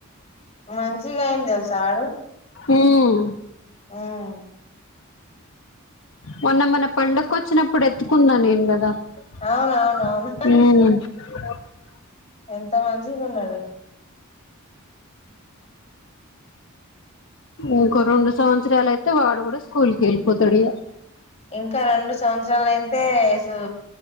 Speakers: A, on the left (about 30°); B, on the left (about 65°).
A: మంచిగా అయింది తెలుసా వాడు
B: ఉమ్
A: హ్మ్
B: మొన్న మన పండకి వచ్చినప్పుడు ఎత్తుకున్న నేను కదా హ్మ్
A: అవునవునవును ఎంత మంచిగున్నాడు
B: ఇంకో రెండు సంవత్సరాలు అయితే వాడు కూడా స్కూల్ కి వెళ్ళిపోతాడు ఇగ
A: ఇంకా రెండు సంవత్సరాలు అయితే ఏసు